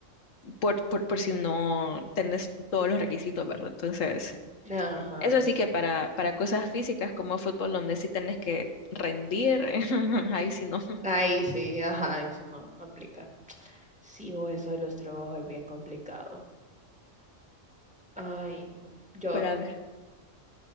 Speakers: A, on the left (about 75°); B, in the centre.
A: por, por, por si no tenés todos los requisitos, ¿verdad? Entonces,
B: Ajá,
A: Eso sí
B: sí.
A: que para, para cosas físicas como fútbol, donde sí tenés que rendir, <laughs> ahí sí no.
B: Ahí sí, ajá, ahí sí, no, no aplica. Sí, o eso de los trabajos es bien complicado. Ay, no. Yo,
A: Pero a ver,